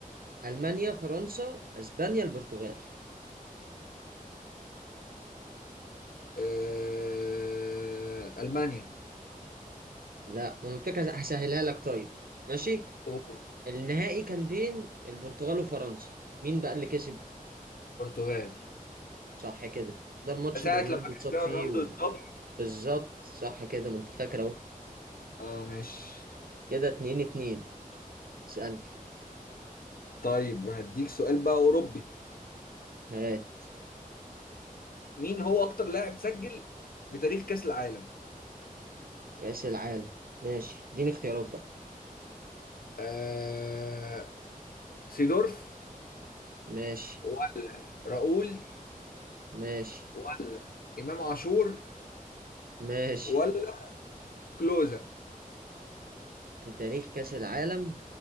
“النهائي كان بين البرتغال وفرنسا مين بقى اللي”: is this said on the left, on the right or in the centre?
Right